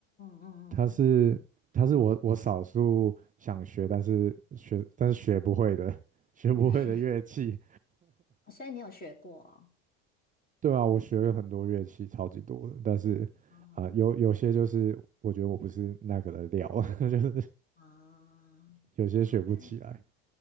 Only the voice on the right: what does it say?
它是它是我我少数想学，但是学但是学不会的 <laughs>，学不会的乐器。
对啊，我学了很多乐器，超级多的，但是啊、
呃有有些就是我觉得我不是那个的料，<laughs> 就是
有些学不起来。